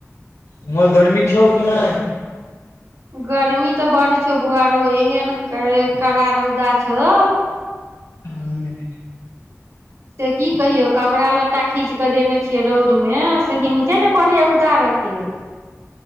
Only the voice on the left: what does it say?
उमहर गर्मी छौ कि नहि
हँ